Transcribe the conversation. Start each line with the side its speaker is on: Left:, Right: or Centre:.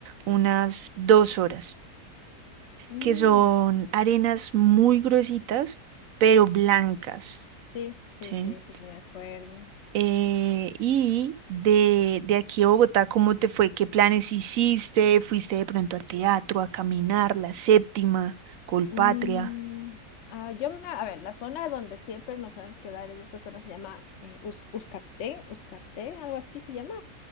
Right: unas dos horas,
Left: Mm,
Right: que son arenas muy gruesitas, pero blancas.
Left: sí, sí,
Right: ¿sí?
Left: sí, sí, me acuerdo.
Right: Eh, y de, de aquí a Bogotá, ¿cómo te fue? ¿Qué planes hiciste? ¿Fuiste de pronto a teatro, a caminar, la séptima, Colpatria?
Left: Mm, ah, yo, me- a ver, la zona donde siempre nos sabemos quedar es esta zona se llama eh, Uz- Uzcatén, Uzcatén, algo así se llama